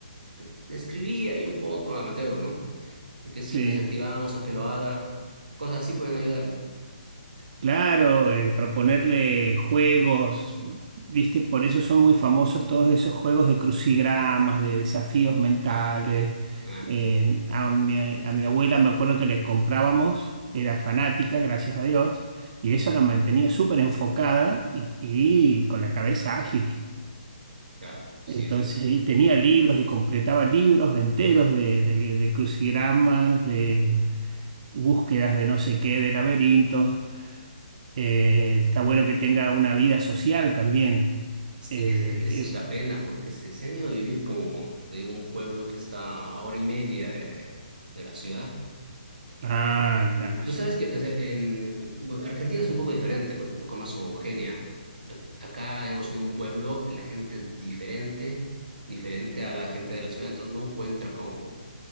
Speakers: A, on the right (about 75°); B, on the right (about 45°).
A: que escribía ahí un poco amateur, ¿no? Y que si
B: sí.
A: lo incentivamos a que lo haga, cosas así pueden ayudarle.
B: Claro, eh, proponerle juegos, ¿viste? Por eso son muy famosos todos esos juegos de crucigramas, de desafíos mentales.
A: Ah,
B: Eh, a mi, a mi abuela me acuerdo que le comprábamos, era fanática, gracias a Dios, y
A: ya,
B: eso la mantenía súper enfocada y, y con la cabeza ágil.
A: claro, sí,
B: Entonces,
A: sí
B: y tenía libros y completaba libros enteros de, de de crucigramas, de búsquedas de no sé qué, de laberintos. Eh, está bueno que tenga una vida social también.
A: Sí,
B: Eh,
A: esa esa
B: que-
A: es la pena, porque se, se han ido a vivir como, te digo, un pueblo que está a hora y media de, de la ciudad.
B: ah,
A: Y
B: claro,
A: tú sabes que o sea, en bueno, Argentina es un poco diferente, pues un poco más homogénea. A- Acá, digamos, en un pueblo la gente es diferente, diferente a la gente de la ciudad, entonces no encuentra como,